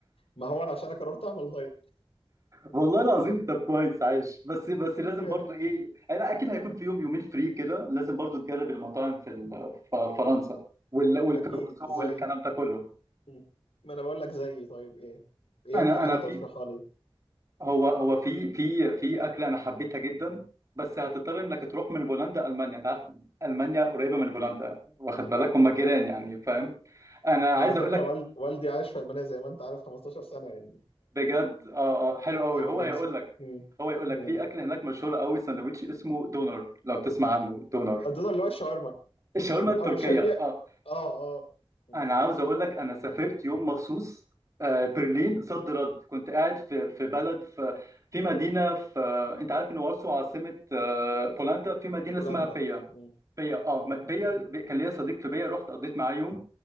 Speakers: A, on the left (about 80°); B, on the right (about 35°).
A: ما هو انا عشان أنا قررت اعمل دايت
B: والله العظيم طب كويس عايش بس بس لازم
A: يعني
B: برضو ايه انا اكيد هيكون في يوم يومين فري كده لازم برضو تجرب المطاعم في ال- في فرنسا وال- والكروسو
A: اكيد زي
B: والكلام ده كله
A: مم. ما انا بقول لك زي طيب ايه ايه
B: انا
A: اكتر حاجه
B: انا
A: ترشحها
B: في
A: لي
B: هو هو في في في اكله انا حبيتها جدا بس هتضطر انك تروح من بولندا المانيا انت عارف المانيا قريبه من بولندا واخد بالك هم جيران
A: آه.
B: يعني فاهم انا
A: انا
B: عايز
A: على فكره
B: اقول لك
A: وال... والدي عايش في المانيا زي ما انت عارف 15 سنه يعني
B: بجد اه اه حلو
A: المانيا
B: قوي
A: والنمسا
B: هو هيقول لك
A: مم.
B: هو يقول
A: مم.
B: لك في اكل هناك مشهور قوي ساندوتش اسمه دونر لو تسمع عنه دونر
A: اظن اللي هو الشاورما
B: الشاورما التركيه
A: او شبيه
B: اه
A: اه اه مم.
B: انا عاوز اقول لك انا سافرت يوم مخصوص آه، برلين صد رد كنت قاعد في في
A: مم.
B: بلد في في مدينه في انت عارف ان وارسو عاصمه آه، بولندا في مدينه
A: بولندا
B: اسمها بيا
A: مم.
B: بيا اه
A: مم.
B: م- بيا بي- كان ليا صديق في بيا رحت قضيت معاه يوم